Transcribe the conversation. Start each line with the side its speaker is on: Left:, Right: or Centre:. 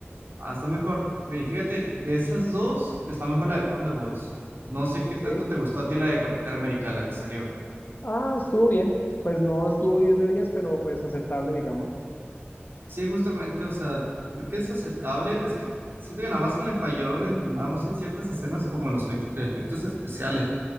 Right: Ah, está mejor. Y fíjate, de esas dos, está mejor la de Thunderbolts. No sé qué
Left: Sí.
Right: tanto te gustó a ti la de Capitán América, la que salió.
Left: Ah, estuvo bien. Pues no estuvo 10 de 10 pero pues aceptable, digamos.
Right: Sí, justamente, o sea, creo que es aceptable. Es que siento que nada más que le falló en, nada más en ciertas escenas como los fec- efectos especiales.